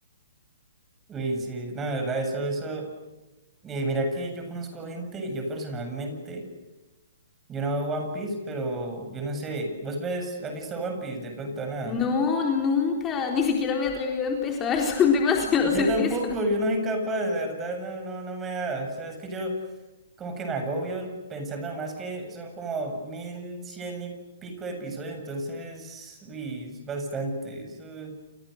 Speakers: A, on the right; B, on the left.
A: Uy, sí. No, de verdad, eso, eso. eh, mira que yo conozco gente, yo personalmente, yo no veo One Piece, pero yo no sé. ¿Vos ves, has visto One Piece? De pronto, nada.
B: No, nunca, ni siquiera me he atrevido a empezar, <laughs> son demasiados
A: Yo
B: episodios.
A: tampoco, yo no soy capaz, la verdad, no, no, no me da. O sea, es que yo. como que me agobio pensando más que son como mil cien y pico de episodios, entonces, uy, es bastante. Eso, eso